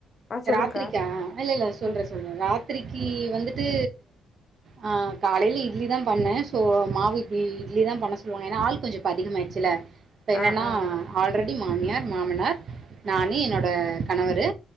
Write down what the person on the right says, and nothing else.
ராத்திரிக்கா இல்ல இல்ல சொல்றே
சொல்ற ராத்திரி த்திரிக்கு வந்துட்டு ஆ காலையில இட்லி தா பண்ணே சோ மாவு இட்லி இட்லி தா பண்ண சொல்லுவாங்க ஏனா ஆள் கொஞ்சோ அதிகமாயிடுச்சில்ல இப்ப என்னென்னா
ஆல்ரெடி மாமியார் மாமனார் நானு என்னோட கணவரு